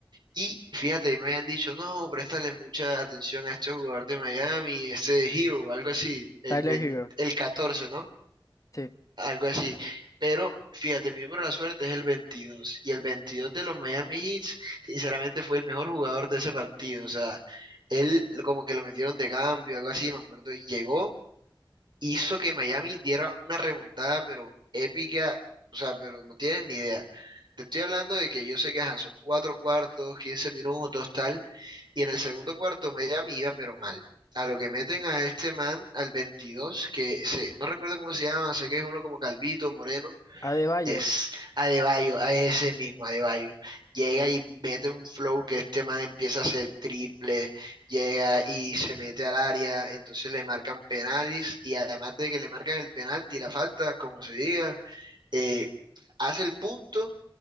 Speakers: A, on the right (about 60°); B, on the left (about 40°).
A: Y fíjate, y me habían dicho, no, préstale mucha atención a este jugador de Miami, este Hero, algo así, el,
B: Tyler
A: 20
B: Hero,
A: el catorce ¿no?
B: sí.
A: algo así. Pero fíjate, mi número de la suerte es el veintidós Y el 22 de los Miami Heat, sinceramente, fue el mejor jugador de ese partido. O sea, él como que lo metieron de cambio, algo así, me acuerdo. Y llegó hizo que Miami diera una remontada, pero épica, o sea, pero no tienen ni idea. Te estoy hablando de que yo sé que ajá, son cuatro cuartos, 15 minutos, tal, y en el segundo cuarto Miami iba pero mal. A lo que meten a este man, al 22, que se, no recuerdo cómo se llama, sé que es uno como Calvito, Moreno,
B: Adebayo,
A: es Adebayo, a ese mismo Adebayo. Llega y mete un flow que este man empieza a hacer triple, llega y se mete al área, entonces le marcan penales y además de que le marcan el penalti y la falta, como se diga, eh, hace el punto